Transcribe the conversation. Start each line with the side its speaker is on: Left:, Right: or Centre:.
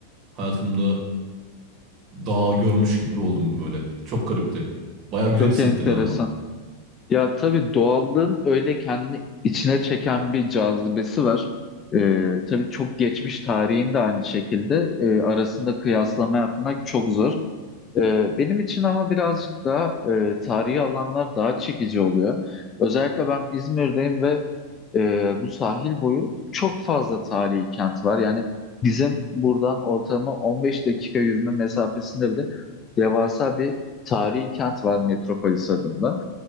Right: hayatımda dağ görmüş gibi oldum böyle. Çok garipti. Baya güzel
Left: Çok
Right: hissettirdi
Left: enteresan.
Right: ama.
Left: Ya tabii doğallığın öyle kendini içine çeken bir cazibesi var. Ee, tabii çok geçmiş tarihin de aynı şekilde Ee, arasında kıyaslama yapmak çok zor. Ee, benim için ama birazcık daha e, tarihi alanlar daha çekici oluyor. Özellikle ben İzmir'deyim ve e, bu sahil boyu çok fazla tarihi kent var. Yani bizim buradan ortalama 15 dakika yürüme mesafesinde bile devasa bir tarihi kent var Metropolis adında.